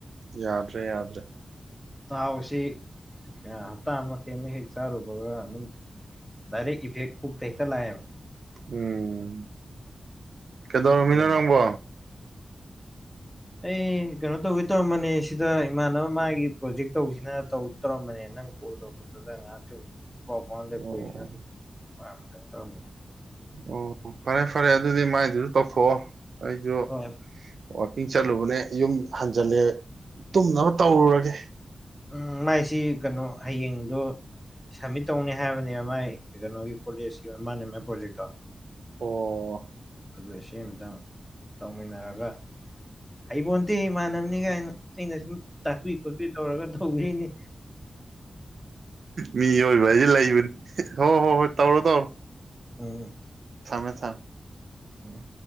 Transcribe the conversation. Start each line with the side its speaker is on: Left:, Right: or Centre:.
Right: ꯌꯥꯗ꯭ꯔꯦ ꯌꯥꯗ꯭ꯔꯦ
Centre: ꯊꯥꯎꯁꯤ ꯍꯞꯇꯥ ꯑꯃ ꯀꯩ ꯑꯃ ꯍꯦꯛ ꯆꯥꯔꯨꯕꯒ ꯑꯗꯨꯝ ꯗꯥꯏꯔꯦꯛ ꯏꯐꯦꯛ ꯄꯨꯛꯇ ꯍꯦꯛꯇ ꯂꯥꯛꯑꯦꯕ
Right: ꯎꯝ ꯀꯩꯗꯧꯔꯃꯤꯅꯣ
Centre: ꯑꯗꯨꯅꯤ
Right: ꯅꯪꯕꯣ
Centre: ꯑꯩ ꯀꯩꯅꯣ ꯇꯧꯒꯦ ꯇꯧꯔꯝꯕꯅꯦ ꯁꯤꯗ ꯏꯃꯥꯟꯅꯕ ꯃꯥꯒꯤ ꯄ꯭ꯔꯣꯖꯦꯛ ꯇꯧꯕꯁꯤꯅ ꯇꯧ ꯇꯧꯔꯝꯕꯅꯦ ꯅꯪ ꯀꯣꯜ ꯇꯧꯕ ꯑꯗꯨꯗ ꯉꯍꯥꯛꯁꯨꯝ ꯄꯥꯎ ꯐꯥꯎꯅꯗ
Right: ꯑꯣ
Centre: ꯀꯨꯏꯔꯦꯅ ꯁꯨꯝ ꯄꯔꯝꯄꯗ <unintelligible> ꯇꯧꯔꯝꯕꯅꯦ
Right: ꯑꯣ ꯐꯔꯦ -ꯐꯔꯦ ꯑꯗꯨꯗꯤ ꯃꯥꯏꯗꯨꯖꯨ ꯇꯧꯊꯣꯛꯑꯣ ꯑꯩꯖꯨ
Centre: ꯍꯣꯏ
Right: ꯋꯥꯥꯛꯀꯤꯡ ꯆꯠꯂꯨꯕꯅꯦ ꯌꯨꯝ ꯍꯟꯖꯜꯂꯦ ꯇꯨꯝꯅꯕ ꯇꯧꯔꯨꯔꯒꯦ
Centre: ꯎꯝ ꯃꯥꯏꯁꯤ ꯀꯩꯅꯣ ꯍꯌꯦꯡꯗꯣ ꯁꯕꯃꯤꯠ ꯇꯧꯅꯤ ꯍꯥꯏꯕꯅꯦꯕ ꯃꯥꯏ ꯀꯩꯅꯣꯒꯤ ꯀꯣꯂꯦꯖꯀꯤ ꯑꯣꯏ ꯃꯥꯅꯦ ꯃꯥꯏ ꯄ꯭ꯔꯣꯖꯦꯛꯇꯣ
Right: ꯑꯣ
Centre: ꯑꯗꯨ ꯁꯦꯝ ꯑ ꯑꯃꯇꯪ ꯇꯧꯃꯤꯟꯅꯔꯒ ꯍꯩꯕꯣꯟꯇꯦ ꯏꯃꯥꯟꯅꯕꯅꯤ ꯀꯥꯏꯅ ꯑꯩꯅ ꯁꯨꯝ ꯇꯥꯛꯄꯤ ꯈꯣꯠꯄꯤ ꯇꯧꯔꯒ ꯇꯧꯕꯤꯅꯦ
Right: ꯃꯤꯑꯣꯏꯕ ꯍꯥꯏꯁꯦ ꯂꯩꯕꯅꯤ ꯍꯣ ꯍꯣꯏ -ꯍꯣꯏ ꯇꯧꯔꯣ- ꯇꯧꯔꯣ
Centre: ꯎꯝ
Right: ꯊꯃꯦ- ꯊꯝꯃꯦ
Centre: ꯑꯣ